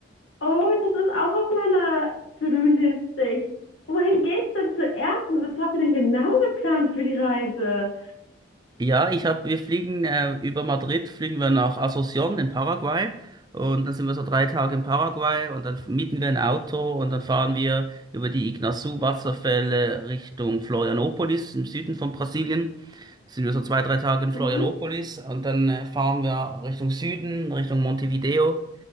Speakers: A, on the left; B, on the right.
A: Oh, das ist auch auf meiner To-Do-Liste. Ich- Wohin geht's denn zuerst? Und was habt ihr denn genau geplant für die Reise?
B: Ja, ich hab, wir fliegen äh, über Madrid, fliegen wir nach Asunción in Paraguay und dann sind wir so drei Tage in Paraguay und dann mieten wir ein Auto und dann fahren wir über die Iguazú-Wasserfälle Richtung Florianópolis im Süden von Brasilien. Sind wir so zwei, drei Tage in Florianópolis
A: Mhm.
B: und dann äh, fahren wir Richtung Süden, Richtung Montevideo,